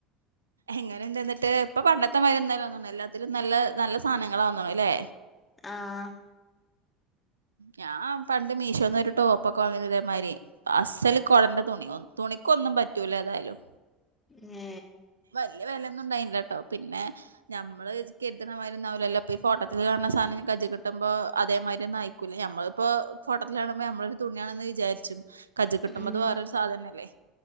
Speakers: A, on the right; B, on the left.
A: എങ്ങനെണ്ടിന്നിട്ട് ഇപ്പൊ പണ്ടത്തെമാര്യൊന്നല്ല തോന്നുഎല്ലാത്തിലും നല്ല നല്ല സാന ങ്ങള ഓന്ന്ണ് ലേ?
B: ആഹ്
A: ഞാൻ പണ്ട് മീഷോന്നൊരു ടോപ്പ ഒക്കെ വാങ്ങിന്നു ഇതേമാരി അസ്സല് കൊടന്റെ തുണി തുണി ക്കൊന്നും പറ്റൂലേതായാലും.
B: ഹേ
A: വെല്ല്യെ വെലൊന്നും ഇണ്ടായില്ലട്ടോ പിന്നെ ഞമ്മള് കെര്ത്ണമാരിയൊന്നു ആ ലല്ലൊ പ്പ ഈ ഫോട്ടത്തിൽ കാണ്ണ സാനഞ്ഞ് കജ്ജ് കിട്ടുമ്പോ അതേമാരി ഒന്നു ആയിക്കൂല്ല ഞമ്മളിപ്പോ ഫോട്ടത്തില് കാണുമ്പൊമ്മളൊരു തുണിയാണിന്ന് വിചാര്ച്ചും. കജ്ജിക്കിട്ടുമ്പോ
B: ഉം
A: അത്‌ വേറരു സാധനല്ലേ